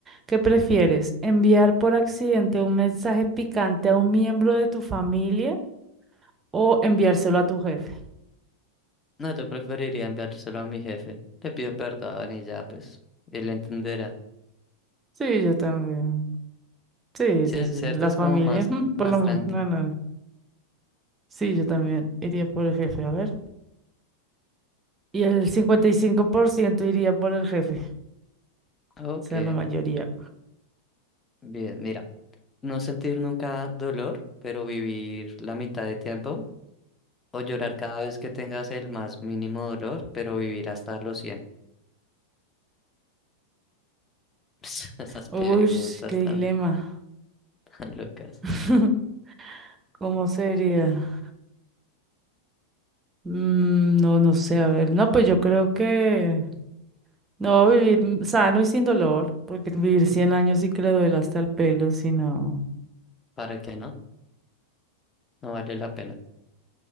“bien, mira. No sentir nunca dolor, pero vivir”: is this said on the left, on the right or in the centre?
Left